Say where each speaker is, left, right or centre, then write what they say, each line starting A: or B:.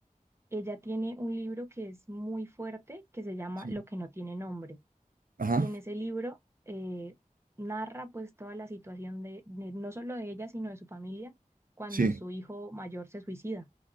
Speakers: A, on the right; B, on the right.
A: ella tiene un libro que es muy fuerte, que se llama
B: Sí.
A: Lo que no tiene nombre.
B: Ajá,
A: Y en ese libro eh, narra pues toda la situación de, de- no solo de ella, sino de su familia, cuando
B: sí.
A: su hijo mayor se suicida.